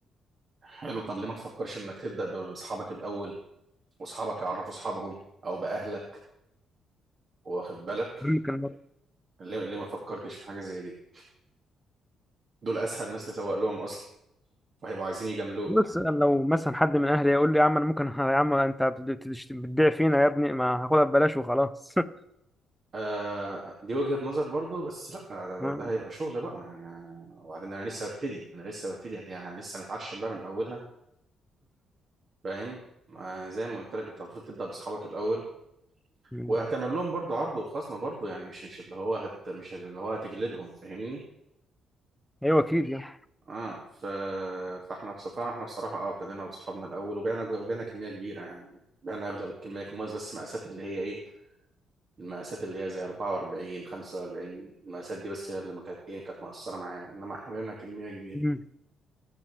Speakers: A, on the right; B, in the centre.
A: حلو طب ليه ما تفكرش انك تبدا ب- باصحابك الاول واصحابك يعرفوا اصحابهم او باهلك واخد بالك
B: ممكن
A: ليه ليه ما فكرتش في حاجه زي دي دول اسهل ناس تسوق لهم اصلا وهيبقوا عايزين يجاملوك
B: بص لو مثلا حد من اهلي يقول لي يا عم انا ممكن <laughs> يا عم انت بت- بتشت- بتبيع فينا يا ابني ما هاخدها ببلاش وخلاص <laughs>
A: آه دي وجهة نظر برضو بس لا ده, ده,
B: ما-
A: ده هيبقى شغل بقى يعني آه، وبعدين انا لسه ببتدي انا لسه ببتدي هت- يعني أنا لسه هنتعشم بقى من اولها فاهم آه زي ما قلت لك انت المفروض تبدا باصحابك الاول
B: مم.
A: وهتعمل لهم برضو عرض وخصم برضو يعني مش مش اللي هو هت مش اللي هو هتجلدهم فاهمني
B: ايوه اكيد يعني
A: اه ف... فاحنا بصراحه احنا بصراحه اه ابتدينا باصحابنا الاول وبعنا جو- وبعنا كميه كبيره يعني بعنا اغلب الكميه الموز بس مقاسات اللي هي ايه المقاسات اللي هي زي 44 45 المقاسات دي بس هي اللي ما كانت ايه كانت مقصره معانا انما احنا بقينا كميه كبيره
B: مم.